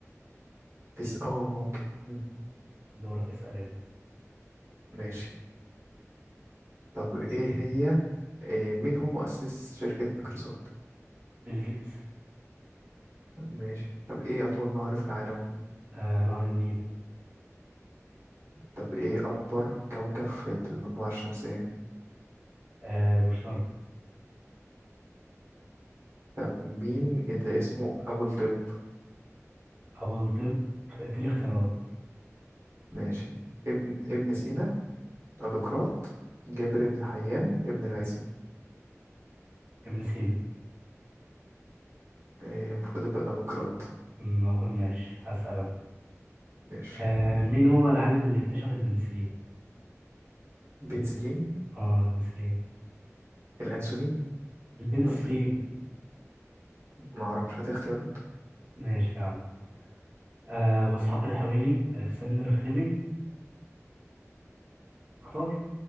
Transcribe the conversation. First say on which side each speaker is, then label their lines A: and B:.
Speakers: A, on the right (about 60°); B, on the right (about 30°).
A: في س... اه ممكن مم.
B: دورك اسأل انت
A: ماشي طب ايه هي إيه مين هو مؤسس شركة مايكروسوفت
B: بيل جيتس
A: ماشي طب ايه أطول نهر في العالم
B: آه نهر النيل
A: طب ايه أكبر كوكب في المجموعة الشمسية
B: آه المشتري
A: طب مين اللي اسمه أبو الطب
B: ابو الطب اديني اختيارات
A: ماشي ابن ابن سينا أبوقراط جابر بن حيان ابن الهيثم
B: ابن سينا
A: إيه، المفروض يبقى أبوقراط
B: أمم، ماشي هسألك
A: ماشي
B: آه مين هو العالم اللي اكتشف البنسلين؟
A: بنسلين
B: اه البنسلين
A: الأنسولين
B: البنسلين
A: قصدك ايه معرفش هات اختيارات
B: ماشي يا عم آه أبو إسحاق الحويني ألكسندر فليمنج اختار